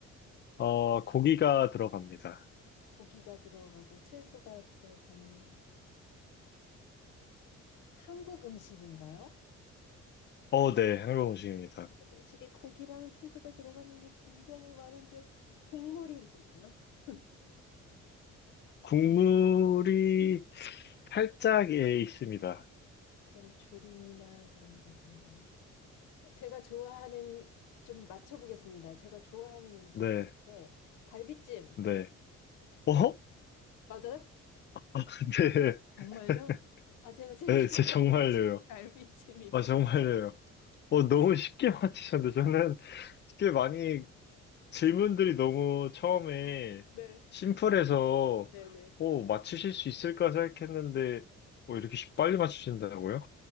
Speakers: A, on the left; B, on the left.
A: 어, 고기가 들어갑니다.
B: 고기가 들어가고 채소가 들어가니까는 한국 음식인가요?
A: 어, 네. 한국 음식입니다.
B: 한국 음식에 고기랑 채소가 들어가는 게 굉장히 많은데 국물이 있나요? <laughs>
A: 국물이 살짝 예, 있습니다.
B: 그럼 조림이나 그런 거겠네요. 제가 좋아하는 좀 맞춰보겠습니다. 제가 좋아하는 음식이
A: 네,
B: 네, 갈비찜
A: 네. 어?
B: 맞아요?
A: <laughs>
B: 정말요?
A: 네,
B: 아 제가 제일
A: 네,
B: <laughs> 좋아하는
A: 제 정말요.
B: 음식 갈비찜이거든요.
A: 아, 정말요. 어, 너무 쉽게 맞히셨는데 저는 쉽게 많이 질문들이 너무 처음에
B: 네,
A: 심플해서
B: 네, 네.
A: 어, 맞추실 수 있을까 생각했는데 어, 이렇게 쉽- 빨리 맞추신다고요?